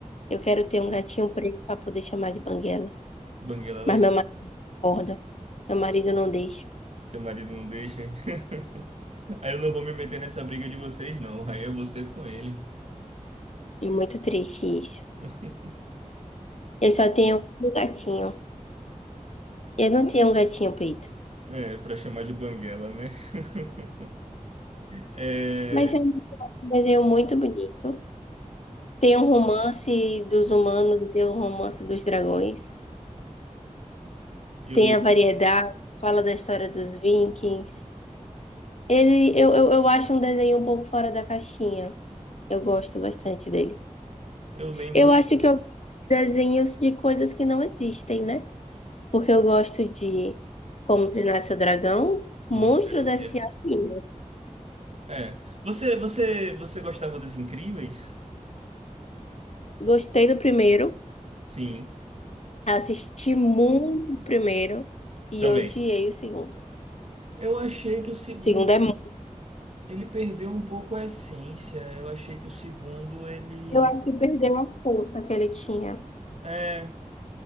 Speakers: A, on the left; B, on the right.
A: Eu quero ter
B: Sim,
A: um gatinho preto para poder chamar de Banguela.
B: Banguela é
A: Mas
B: legal.
A: meu marido acorda. Meu marido não deixa.
B: Seu marido não deixa. <laughs> Aí eu não vou me meter nessa briga de vocês, não. Aí é você com ele.
A: É muito triste isso.
B: <laughs>
A: Eu só tenho um gatinho. Eu não tenho um gatinho preto.
B: É, pra chamar de banguela, né? <laughs> É,
A: Mas é um desenho muito bonito. Tem o romance dos humanos e tem o romance dos dragões.
B: eu,
A: Tem a variedade, fala da história dos Vikings. Ele, eu, eu, eu acho um desenho um pouco fora da caixinha. Eu gosto bastante dele.
B: eu lembro.
A: Eu acho que eu gosto de desenhos de coisas que não existem, né? Porque eu gosto de Como Treinar Seu Dragão,
B: Monstro
A: Monstros
B: S.A.
A: S.A. Minions.
B: É. Você, você, você gostava dos Incríveis?
A: Gostei do primeiro,
B: Sim,
A: assisti muito o primeiro e
B: também.
A: odiei o segundo. O
B: Eu achei que o segundo
A: segundo é muito.
B: ele perdeu um pouco a essência. Eu achei que o segundo ele
A: Eu acho que perdeu a força que ele tinha.
B: é